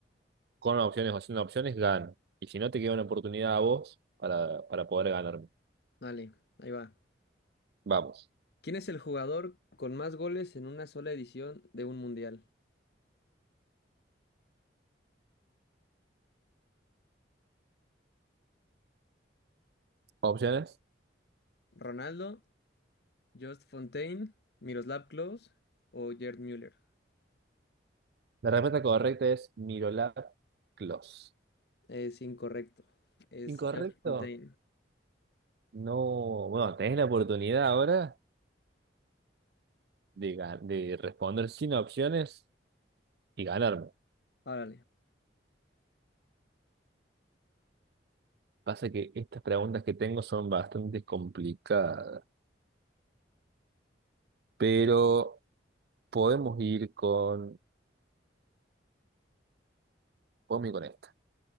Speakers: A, on the right; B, on the left.
A: con opciones o sin opciones, gano. Y si no, te queda una oportunidad a vos para, para poder ganarme.
B: Vale, ahí va.
A: Vamos.
B: ¿Quién es el jugador con más goles en una sola edición de un mundial?
A: Opciones.
B: ¿Ronaldo, Just Fontaine, Miroslav Klose o Gerd Müller?
A: La respuesta correcta es Mirolap Clos.
B: Es incorrecto. Es
A: Incorrecto.
B: Just Fontaine.
A: No, bueno, tenés la oportunidad ahora de, ga- de responder sin opciones y ganarme.
B: Árale.
A: Pasa que estas preguntas que tengo son bastante complicadas, pero podemos ir con, podemos ir con esta.